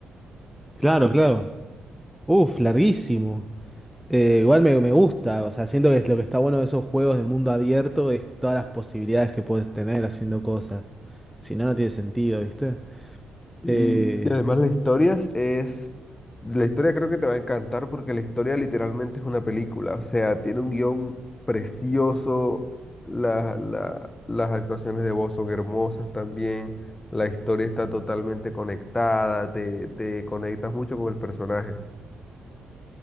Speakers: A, in the centre; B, on the left.
A: Claro, claro. Uf, larguísimo. Eh, igual me, me gusta, o sea, siento que es lo que está bueno de esos juegos de mundo abierto es todas las posibilidades que puedes tener haciendo cosas. Si no, no tiene sentido, ¿viste?
B: Y,
A: Eh,
B: y además las historias es, la historia creo que te va a encantar porque la historia literalmente es una película, o sea, tiene un guión precioso, la- la- las actuaciones de voz son hermosas también, la historia está totalmente conectada, te, te conectas mucho con el personaje,